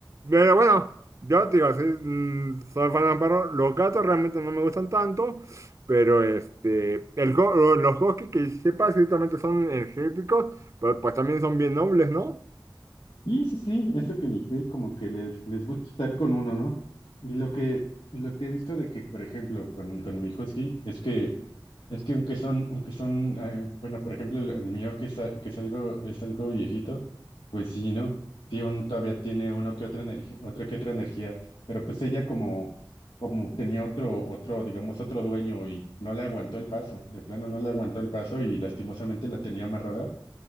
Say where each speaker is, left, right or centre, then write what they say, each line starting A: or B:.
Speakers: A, on the right; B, on the left.
A: pero bueno, yo te digo, soy, mm, soy fan de los Los gatos realmente no me gustan tanto, pero este, el, go- lo- los huskies que sepa ciertamente son energéticos, pero pues también son bien nobles, ¿no?
B: Y sí, sí, eso que ni que como que les, les gusta estar con uno, ¿no? Y lo que, y lo que he visto de que, por ejemplo, con, con mi husky, es que Es que aunque son, aunque son, eh, bueno, por ejemplo, el, el mío que es, a- que es algo, es algo viejito, pues sí, ¿no? Sí, aún todavía tiene uno que otra energía, otra que otra energía, pero pues ella como, como tenía otro, otro, digamos, otro dueño y no le aguantó el paso, de plano no le aguantó el paso y lastimosamente la tenía amarrada.